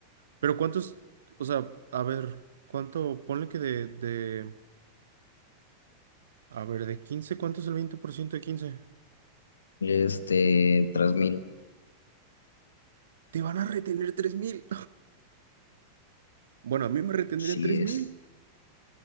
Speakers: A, on the right; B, on the left.
A: Pero cuántos, o sea, a ver, cuánto, ponle que de, de, a ver, de 15, ¿cuánto es el 20% de quince
B: Este, tres mil,
A: Te van a retener tres mil Bueno, a mí me retendrían
B: sí
A: 3 mil.
B: es.